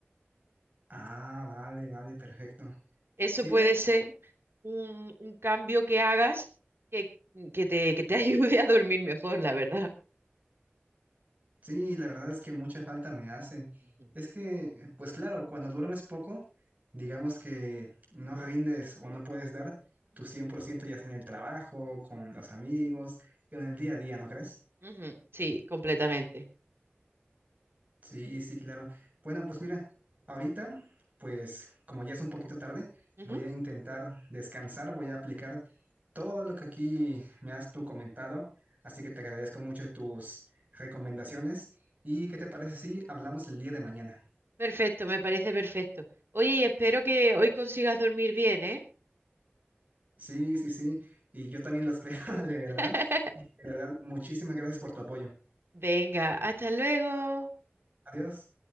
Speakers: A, on the right (about 40°); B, on the right (about 70°).
A: Ah, vale, vale, perfecto.
B: Eso
A: Sí,
B: puede
A: oye,
B: ser un, un cambio que hagas que, que te, que te <laughs> ayude a dormir mejor, la verdad.
A: sí, la verdad es que mucha falta me hace.
B: Ujú,
A: Es que, pues claro, cuando duermes poco, digamos que no rindes o no puedes dar tu 100% ya sea en el trabajo, con los amigos, en el día a día, ¿no crees?
B: ujú, Sí, completamente.
A: Sí, sí, claro. Bueno, pues mira, ahorita, pues como ya es un poquito tarde,
B: Ujú,
A: voy a intentar descansar, voy a aplicar todo lo que aquí me has tú comentado, así que te agradezco mucho tus recomendaciones y ¿qué te parece si hablamos el día de mañana?
B: Perfecto, me parece perfecto. Oye, y espero que hoy consigas dormir bien, ¿eh?
A: Sí, sí, sí, y yo también las veo, <laughs> de verdad,
B: <laughs>
A: de verdad, muchísimas gracias por tu apoyo.
B: Venga, hasta luego.
A: Adiós.